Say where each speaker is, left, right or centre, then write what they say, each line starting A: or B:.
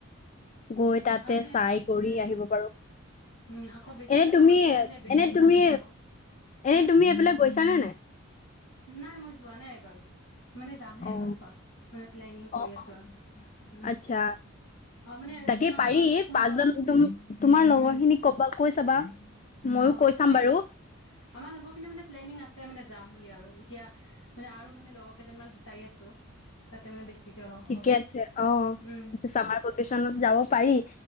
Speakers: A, on the left; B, on the left.
A: গৈ তাতে
B: আৰু মানে
A: চাই কৰি
B: উম
A: আহিব পাৰো।
B: উম আকৌ বেছিকে
A: এনে তুমি
B: লগত থাকিলে মানে বেছি
A: এনেই তুমি
B: ভাল লাগিব
A: এনেই
B: হম
A: তুমি এইফালে গৈছা নে নাই?
B: নাই মই যোৱা নাই এবাৰো। মানে যামহে
A: অ
B: এইবাৰ ফাৰ্ষ্ট, মানে প্লেনিং কৰি
A: অ
B: আছো
A: অ
B: আৰু।
A: আচ্ছা
B: অ মানে
A: তাকে
B: তোমালোকৰ
A: পাৰি,
B: যদি কোনোবা
A: পাঁচজন তোমাৰ তোমাৰ লগৰ
B: উম
A: খিনিক কবা কৈ চাবা। ময়ো
B: অ',
A: কৈ চাম
B: মানে
A: বাৰু
B: আমাৰ লগৰখিনি মানে প্লেনিং আছে মানে যাম বুলি আৰু। এতিয়া মানে আৰু মানে লগৰ কেইজনীমান বিচাৰি আছো। তাতে মানে বেছিকে অলপ
A: ঠিকে
B: হওক
A: আছে অ',
B: উম
A: চামাৰ ভেকেশ্যনত যাব পাৰি।